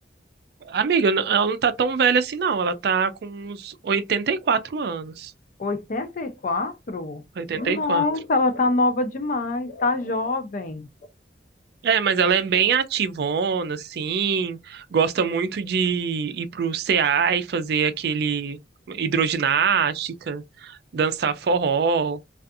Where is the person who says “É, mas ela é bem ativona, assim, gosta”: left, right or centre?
Right